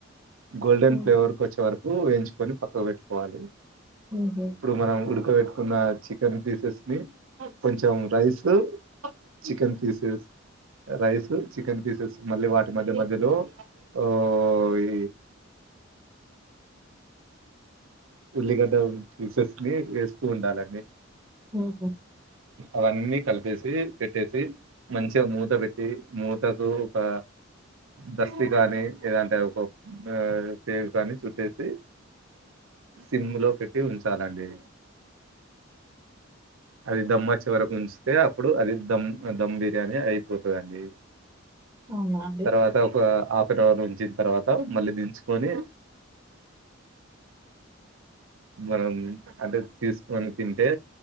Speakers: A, on the right (about 80°); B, on the right (about 20°).
A: గోల్డెన్
B: ఉమ్,
A: ఫ్లేవర్ కొచ్చవరకు వేంచుకొని పక్కకు పెట్టుకోవాలి
B: ఉహు
A: ఇప్పుడు మనం ఉడకబట్ న్న చికెన్ పీసెస్ ని కొంచెం rice chicken pieces rice chicken pieces మళ్ళీ వాటి మధ్య మధ్యలో ఆ ఈ ఉల్లిగడ ఫసెస్ ని వేస్తూ ఉండాలన్నీ
B: ఆఓహ
A: అవన్నీ కలిపేసి పెట్టేసి మంచిగా మూత పెట్టి మూతకు ఒక దస్తతి కానీ లేదంటే ఒక పేగు కానీ చుట్టేసి సిమ్ లో పెట్టి ఉంచాలండి అది దమ్ చిివరకు ఉంచితే అప్పుడు అది దధమ్ దధమ్ బిర్యానీ అయిపోతుందిండి
B: అవునా అండి
A: తర్వాత ఒక ఫిబ్రవరి ఉంచిన తర్వాత మళ్ళీ దించుకొని మనం అంటే తీసుకొని తింటే